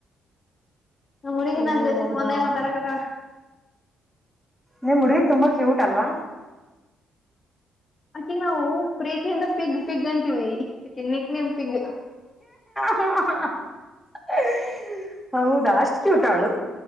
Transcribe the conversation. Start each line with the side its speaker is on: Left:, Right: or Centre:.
Left: ನ ಹುಡುಗಿ
Centre: ಓ
Left: ನಾನ್ ಜೊತೆ
Centre: ಹೌದಾ
Left: ಪನ್ ಮಾತಡಕತ್ತಳ.
Centre: ನಿಮ್ ಹುಡುಗಿ ತುಂಬಾ ಕ್ಯೂಟ್ ಅಲ್ವಾ.
Left: ಅಕಿಗ ನಾವು ಪ್ರೀತಿಯಿಂದ ಪಿಗ್ ಪಿಗ್ ಅಂತೀವಿ ನೇಮ್ ಪಿಗ್
Centre: <inaudible> ಹೌದಾ ಅಷ್ಟ್ ಕ್ಯುಟ ಅವ್ಳು.